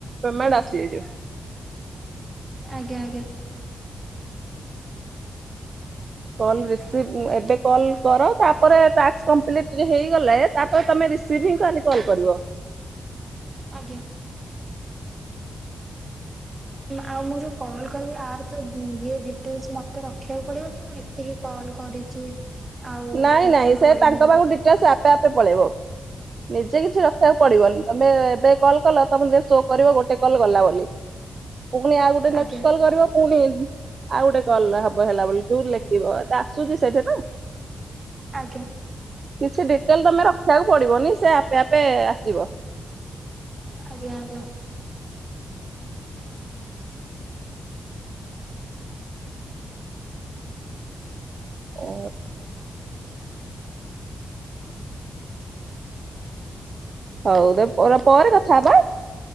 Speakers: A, on the right; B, on the right.
A: ପେମେଣ୍ଟ ଆସିଯିବ।
B: ଆଜ୍ଞା ଆଜ୍ଞା।
A: କଲ ରିସିଭ ଏବେ କଲ୍ କର, ତାପରେ ଟାସ୍କ କମ୍ପ୍ଲିଟ ହେଇଗଲେ ତାପରେ ତୁମେ ରିସିଭିଙ୍ଗ ଖାଲି କଲ୍ କରିବ
B: ଆଜ୍ଞା। ଆଉ ମୁଁ ଯୋଉ କଲ୍ କଲେ ଆର୍ ତ ଇଏ ଡିଟେଲସ ମତେ ରଖିବାକୁ ପଡିବ କି ମୁଁ ଏତିକି କଲ୍ କରିଛି ଆଉ
A: ନାଇଁ
B: ଏତିକି
A: ନାଇଁ
B: କଲ
A: ସେ
B: କରିନି
A: ତାଙ୍କ
B: ବୋଲି।
A: ପାଖକୁ ଆପେ ଆପେ ପଳେଇବ ନିଜେ କିଛି ରଖିବାକୁ ପଡିବନି, ତମେ ଏବେ କଲ୍ କଲ ତମେ ଯେ ଶୋ କରିବ ଗୋଟେ କଲ ଗଲା ବୋଲି। ପୁଣି ଆଉ ଗୋଟେ ନେକ୍ସଟ
B: ଆଜ୍ଞା
A: କଲ୍ କରିବ ପୁଣି ଆଉ ଗୋଟେ କଲ ହବ ହେଲା ବୋଲି ତୁ ଲେଖିବ ଆସୁଛି ସେଇଠି ନା।
B: ଆଜ୍ଞା।
A: କିଛି ଡିଟେଲ ତମେ ରଖିବାକୁ ପଡିବନି, ସେ ଆପେ ଆପେ ଆସିବ।
B: ଆଜ୍ଞା ଆଜ୍ଞା।
A: ଓ ହଉ ତ ପରେ କଥା ହବା।